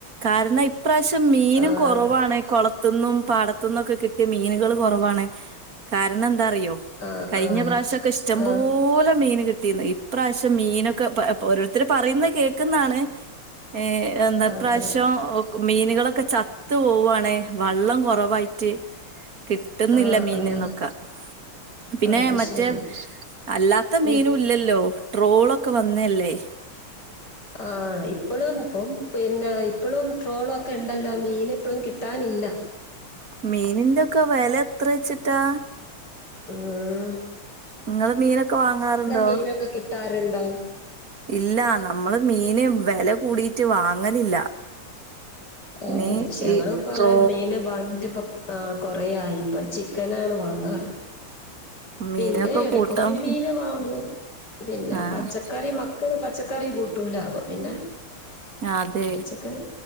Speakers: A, on the right; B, on the left.
A: കാരണം ഇപ്രാവശ്യം മീനും
B: ആഹ്
A: കുറവാണ് കൊള കുളത്തിൽ നിന്നു, പാടത്തു നിന്നും, ഒക്കെ കിട്ടിയ മീനുകൾ കുറവാണ്. കാരണം എന്താഅറിയോ?
B: ആഹ്
A: കഴിഞ്ഞ
B: ആഹ്
A: പ്രവിശോയൊക്കെ- ഇഷ്ടംപോലെ
B: ആഹ്
A: മീൻ കിട്ടീന്ന്. പ്രാവശ്യം മീനൊക്കെ, ഓരോരുത്തർ പറയുന്ന കേക്കുന്നാണ്. ആഹാ എന്താ
B: അതെ.
A: പ്രാവശ്യം. മീനുകളൊക്കെ ചത്ത് പോവാണ് വള്ളം കൊറവയിട്ട് കിട്ടുന്നില്ല
B: ആഹ്
A: മീൻന്നൊക്കാ.
B: ആഹ്
A: പിന്നെ
B: അത്
A: മറ്റേ
B: ശരി.
A: അല്ലാത്ത
B: ഉം.
A: മീനും ഇല്ലല്ലോ. ട്രോൾ ഒക്കെ വന്നല്ലേ.
B: ആ ഇപ്പളും ഇപ്പം പിന്നെ യി. ഇപ്പളും ട്രോളൊക്കെണ്ടല്ലോ മീൻ ഇപ്പം കിട്ടാനില്ല.
A: മീനിന്റെക്കെ വില എത്ര വെച്ചിട്ടാ.
B: ആഹാ.. !
A: നിങ്ങള് മീനൊക്കെ വാങ്ങാറുണ്ടോ?
B: മീനൊക്കെ കിട്ടാറുണ്ടോ?
A: ഇല്ല നമ്മള് മീന് വെല കൂടിയിട്ട് വാങ്ങലില്ല.
B: ഓ..
A: ഇനി
B: ഞങ്ങൾ
A: ഈ
B: ഇപ്പോ അങ്ങനെ
A: ട്രോ
B: മീനെ വാങ്ങിയിട്ട്, ആഹാ കൊറയായി ഇപ്പ, ചിക്കനാണ് വാങ്ങാറ്.
A: മീനൊക്കെ
B: പിന്നെ എടക്കൊക്കെ
A: കൂട്ടാൻ
B: മീന് വാങ്ങു. പിന്നെ
A: ആഹ്
B: പച്ചക്കറി മക്കള് പച്ചക്കറി, കൂട്ടൂല അപ്പോ പിന്നെ.
A: ആഹാ അതേ.
B: പച്ചക്കറി